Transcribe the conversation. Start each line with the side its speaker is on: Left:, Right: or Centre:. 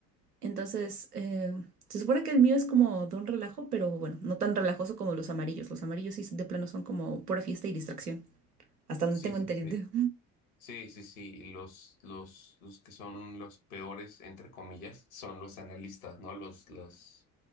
Right: Entonces, eh, se supone que el mío es como de un relajo, pero bueno, no tan relajoso como los amarillos. Los amarillos sí de plano son como pura fiesta y distracción. Hasta donde
Left: Sí,
Right: tengo
Left: sí,
Right: entendido.
Left: sí. Sí, sí, sí. y Los, los, los que son los peores, entre comillas, son los analistas, ¿no? Los, los